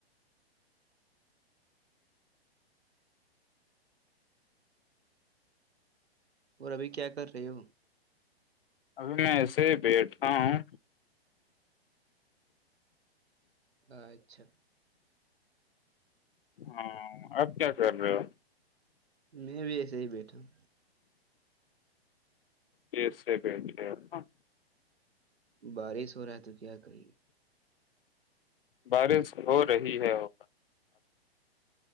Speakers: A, on the right; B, on the left.
A: اور ابھی کیا کر رہے ہو
B: ابھی میں ایسے ہی بیٹھا ہوں
A: اچھا
B: ہاں اب کیا کر رہے ہو
A: میں بھی ایسے ہی بیٹھا ہوں
B: یہٹ ہاں
A: بارش ہو رہا ہے تو کیا کریے
B: بارش ہو رہی ہے وہ